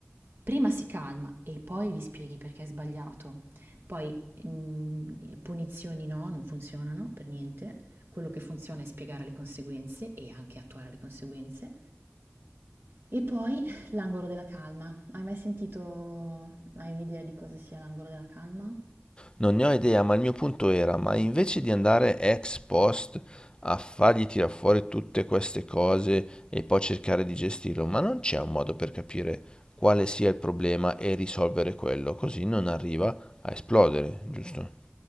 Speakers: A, on the right (about 65°); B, on the left (about 25°).
A: prima si calma e poi gli spieghi perché è sbagliato. Poi mh, punizioni no, non funzionano per niente. Quello che funziona è spiegare le conseguenze e anche attuare le conseguenze. E poi l'angolo della calma. Hai mai sentito, hai un'idea di cosa sia l'angolo della calma?
B: Non ne ho idea, ma il mio punto era, ma invece di andare ex post a fargli tirar fuori tutte queste cose e poi cercare di gestirlo, ma non c'è un modo per capire quale sia il problema e risolvere quello, così non arriva a esplodere, giusto?